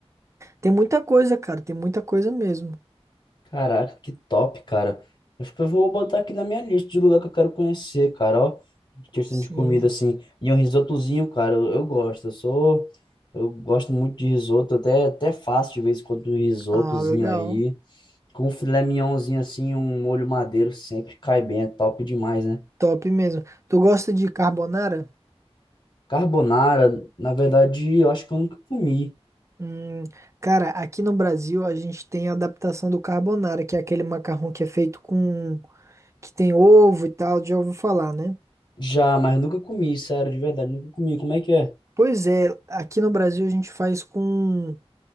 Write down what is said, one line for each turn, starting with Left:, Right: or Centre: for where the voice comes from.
Right: Tem muita coisa, cara, tem muita coisa mesmo.
Left: Caraca, que top, cara. Acho que eu vou botar aqui na minha lista de lugar que eu quero conhecer, cara, ó. De Questão
Right: Sim.
Left: de comida assim. E um risotozinho, cara, eu, eu gosto. Eu sou eu gosto muito de risoto, até até faço de vez em quando um risotozinho
Right: Ah, legal.
Left: aí. Com um filé mignonzinho assim, um molho madeiro sempre cai bem, é top demais, né?
Right: Top mesmo. Tu gosta de carbonara?
Left: Carbonara, na verdade, eu acho que eu nunca comi.
Right: Hum, cara, aqui no Brasil a gente tem a adaptação do carbonara, que é aquele macarrão que é feito com... que tem ovo e tal, já ouviu falar, né?
Left: Já, mas nunca comi, sério, de verdade, nunca comi. Como é que é?
Right: Pois é, aqui no Brasil a gente faz com